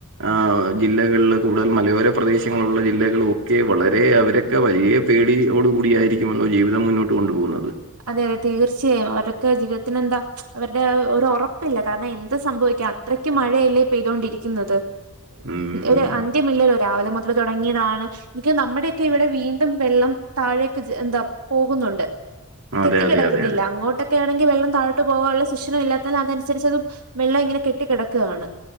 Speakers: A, on the right; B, on the right.
A: ആഹ് ജില്ലകളില് കൂടുതൽ മലയോര പ്രദേശങ്ങളുള്ള ജില്ലകൾ ഒക്കെ വളരെ അവരെ ഒക്കെ വലിയ പേടിയോട് കൂടിയായിരിക്കുമല്ലോ ജീവിതം മുന്നോട്ട് കൊണ്ടു പോകുന്നത്
B: അതെ അതെ തീർച്ചയായും അവരൊക്കെ ജീവിതത്തിന് എന്താ അവരുടെ ഒരു ഒറപ്പില്ല കാരണം എന്തും സംഭവിക്കാം അത്രയ്ക്ക് മഴയല്ലേ പെയ്തൊണ്ടിരിക്കുന്നത്
A: ഉം
B: ഒരു അന്ത്യമില്ല. രാവിലെ മുതൽ തൊടങ്ങിയതാണ് എനിക്ക് നമ്മുടെയൊക്കെ ഇവിടെ വീണ്ടും വെള്ളം താഴേൊക് ജെ എന്താ പോകുന്നുണ്ട്
A: അതെ
B: കെട്ടി
A: അതെ
B: കിടക്കുന്നില്ല
A: അതെ അതെ
B: അങ്ങോട്ടൊ ഒക്കെയാണെങ്കിൽ വെള്ളം താഴട്ട് പോകാനുള്ള സുഷിരം ഇല്ലാത്തതിനാൽ അതനുസരിച്ചതും വെള്ളം ഇങ്ങനെ കെട്ടിടക്കുകാണ്